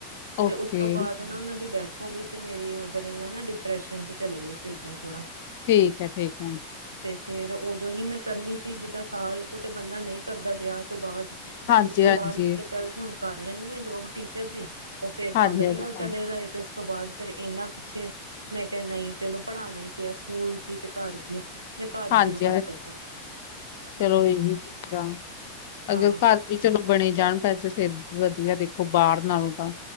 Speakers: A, on the left (about 50°); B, on the right (about 75°).
A: ਓਕੇ
B: ਅਤੇ ਉਸ ਤੋਂ ਬਾਅਦ ਨਾ ਉਹਨਾਂ ਦੀ ਡੈਥ ਹੋ ਗਈ ਤੇ ਮੇਰੀ ਮਦਰ ਇਨਲੋ, ਡਿਪਰੈਸ਼ਨ ਚ ਚਲੇ ਗਏ ਸੀ ਇਦਾਂ ਥੋੜਾ।
A: ਠੀਕ ਹੈ, ਠੀਕ ਹੈ
B: ਤੇ ਫੇਰ ਉਦੋਂ ਹੀ ਮੈਂ ਕਰਨੀ ਸੀ ਜਿੱਦਾਂ ਸਾਲ ਕੁ ਤੇ ਬੰਦਾ ਨਹੀਂ ਕਰਦਾ ਵਿਆਹ ਤੋਂ ਬਾਅਦ।
A: ਹਾਂਜੀ
B: ਉਸ ਤੋਂ
A: ਹਾਂਜੀ
B: ਬਾਅਦ ਮੈਂ ਕਿਹਾ ਚੱਲ ਹੁਣ ਕਰ ਲੈਂਦੀ ਹਾਂ, ਜੋਬ ਟੀਚਰ ਦੀ ਫੇਰ
A: ਹਾਂਜੀ
B: ਫਾਦਰ
A: ਹਾਂਜੀ
B: ਇਨ ਲੋ ਚਲੇ ਗਏ। ਉਸ ਤੋਂ ਬਾਅਦ ਫਿਰ ਇਹਨਾਂ ਪਿੱਛੇ, ਮੈਂ ਕਿਹਾ ਨਹੀਂ ਚਲੋ ਪੜ੍ਹਾਣਾ ਤੇ ਹੈ ਸਕੂਲ ਕੀ ਤੇ ਘਰ ਕੀ। ਮੈਂ ਘਰ
A: ਹਾਂਜੀ,
B: ਹੀ ਸ਼ੁਰੂ ਕਰ ਦਿੱਤਾ।
A: ਚਲੋ
B: ਹੂੰ
A: ਇਹ ਵਧੀਆ
B: ਹਾਂ
A: ਅਗਰ ਘਰ ਵੀ ਚਲੋ ਬਣੇ ਜਾਣ ਪੈਸੇ ਤਾਂ ਫਿਰ ਵਧੀਆ ਦੇਖੋ ਬਾਹਰ ਨਾਲੋਂ ਤਾਂ।